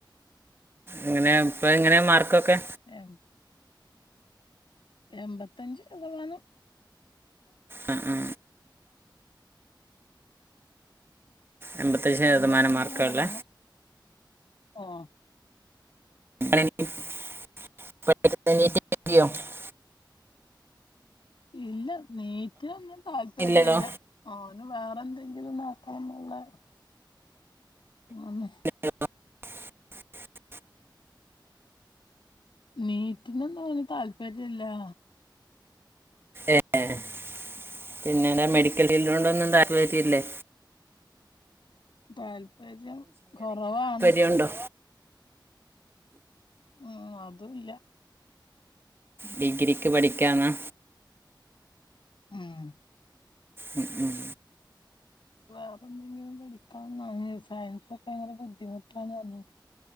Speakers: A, on the right; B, on the left.
A: എങ്ങനെ, ഇപ്പൊ എങ്ങനെ മാർക്കൊക്കെ.
B: എം എമ്പത്തഞ്ച് ശതമാനം.
A: ആ ആ എൺപത്തഞ്ച് ശതമാനം
B: എമ്പത്തഞ്ച്
A: മാർക്കുള്ള
B: ശതമാനം. ആഹ്.
A: <unintelligible> നീറ്റ് <unintelligible>
B: ഇല്ല നീറ്റിലൊന്നും താല്പര്യല്ല.
A: ഇല്ലല്ലോ
B: ഓന് വേറെ എന്തെങ്കിലും നോക്കണം ന്നുള്ളെ ആണ്.
A: <unintelligible>
B: നീറ്റ്നൊന്നും ഓന് താല്പര്യല്ലാ.
A: ഏഹ് പിന്നെ എന്താ മെഡിക്കൽ ഫീൽഡിനൊന്നും താൽപര്യല്ലേ.
B: താല്പര്യം കൊറവാണ്.
A: <unintelligible> ണ്ടോ
B: ഉം അതും ഇല്ല.
A: ഡിഗ്രിക്ക് പഠിക്കാന്നാ.
B: ഉം
A: ഉം ഉം.
B: വേറെ എന്തെങ്കിലും പഠിക്കാ സയൻസൊക്കെ ഭയങ്കര ബുദ്ധിമുട്ടാണ് പറഞ്ഞത്